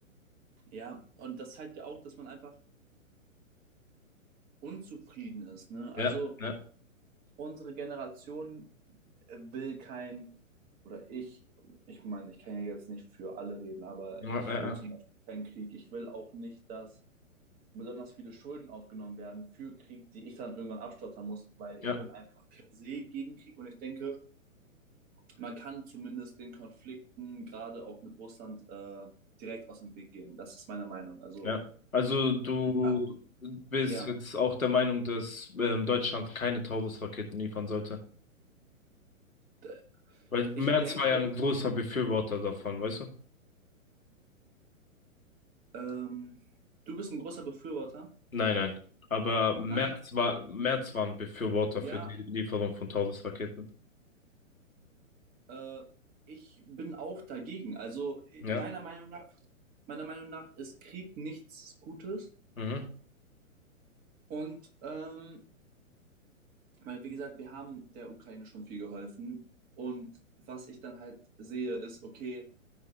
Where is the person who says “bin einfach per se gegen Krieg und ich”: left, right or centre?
Right